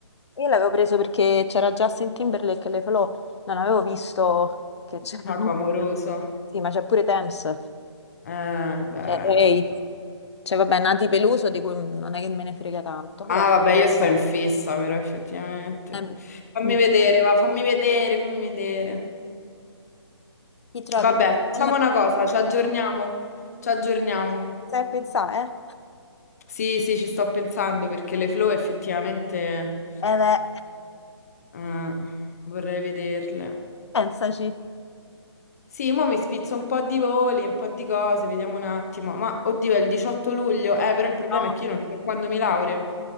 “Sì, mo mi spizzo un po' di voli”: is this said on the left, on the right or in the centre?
Left